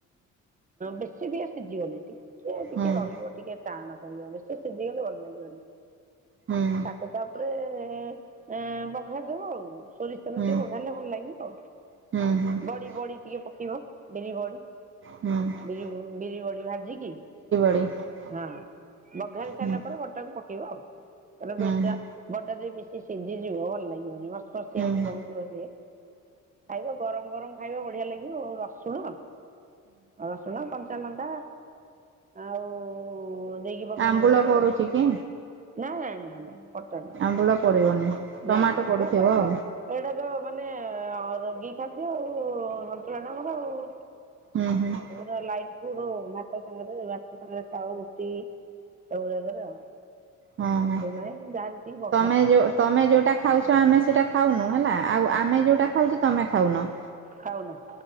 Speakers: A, on the right (about 25°); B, on the right (about 40°).
A: ବେଶୀ ଟିକେ ସିଝିିବନି, ଟିକେ ଟିକେ
B: ହୁଁ ହୁଁ।
A: ରହିବ ଟିକେ ଟାଣ କରିବା ବେଶି ସିଝିଗଲେ ଭଲ ଲାଗିବନି,
B: ହୁଁ
A: ତାକୁ ତାପରେ ଏଁ ବଘାରି ଦବ ଆଉ। ସୋରିଷତେଲ
B: ହୁଁ
A: ଟିକେ ବଘାରିଲେ ଭଲ ଲାଗିବ,
B: ହୁଁ ହୁଁ
A: ବଡି ବଡି ଟିକେ ପ କେଇବ ବିରି ବଡି,
B: ହୁଁ
A: ବି -ବିରି ବଡି ଭାଜିକି
B: <unintelligible>
A: ହଁ ବଘାରି ସାଇଲା
B: ହୁଁ
A: ପରେ ବଡି ଟାକୁ ପକେଇବ ଆଉ <unintelligible>
B: ହୁଁ
A: ବଡି ଟା ଯଦି ବେଶି ସିଝିଯିବ ଭଲ ଲାଗିବନି। କସିଆ
B: ହୁଁ
A: ଯାକେ ରହୁଥିବ ସିଏ, ଖାଇବ ଗରମ ଗରମ ଖାଇବ ବଢିଆ ଲାଗ ଗିବ, ରସୁଣ ରସୁଣ କ କଞ୍ଚା ଲଙ୍କା ଆଉ ଦେଇକି ବଘାରିବ।
B: ଆମ୍ବୁଳ
A: <unintelligible>
B: ପଡୁଛି କି
A: ନା- ନା- ନା- ନାଇଁ କଟା ନାହିଁ,
B: ଆମ୍ବୁଳ ପଡିବନି ଟମାଟୋ
A: ନା ନା
B: ପଡୁଥିବ
A: ଏବେ ତ
B: ଆଉ
A: ଏଇଟା ତ ମାନେ ରୋଗୀ ଖାଦ୍ୟ, ଆଉ ସନ୍ତୁଳାଟା ଆମର ଆଉ।
B: ହୁଁ- ହୁଁ।
A: ପୁରା ଲାଇଟ ଫୁଡ ଆଉ ମାତା ସାଙ୍ଗରେ ବାପ ସାଙ୍ଗରେ, ଖାଅ ରୁଟି ସବୁ ଜାଗାରେ ଆଉ।
B: ହଁ ହଁ।
A: ନାଇଁ ଯାଥିବ।
B: ତମେ ଯୋଉ ଯୋଉଟା ଖାଉଛ ଆମେ ସେଇଟା ଖାଉନୁ ହେଲା ଆଉ ଆମେ ଯୋଉଟା ଖାଉଛୁ ତମେ ସେଇଟା ଖାଉନ।
A: ଖାଉନା।